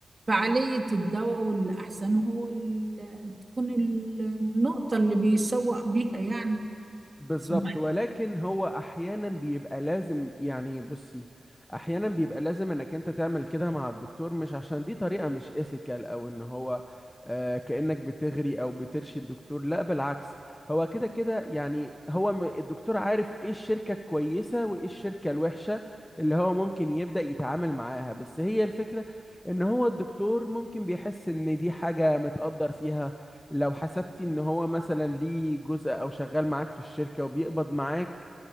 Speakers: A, on the right (about 30°); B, on the left (about 15°).
A: فعالية الدواء والأحسن هو ال- تكون ال- النقطة اللي بيسوق بيها يعني
B: بالظبط
A: ثم-
B: ولكن هو احيانا بيبقى لازم يعني بصي احيانا بيبقى لازم انك انت تعمل كده مع الدكتور مش عشان دي طريقة مش ايثيكال او ان هو آه كأنك بتغري او بترشي الدكتور لا بالعكس هو كده كده يعني هو م- الدكتور عارف ايه الشركة الكويسة وايه الشركة الوحشة اللي هو ممكن يبدأ يتعامل معاها بس هي الفكرة ان هو الدكتور ممكن بيحس ان دي حاجة متقدر فيها لو حسبتي ان هو مثلا ليه جزء او شغال معاك في الشركة وبيقبض معاك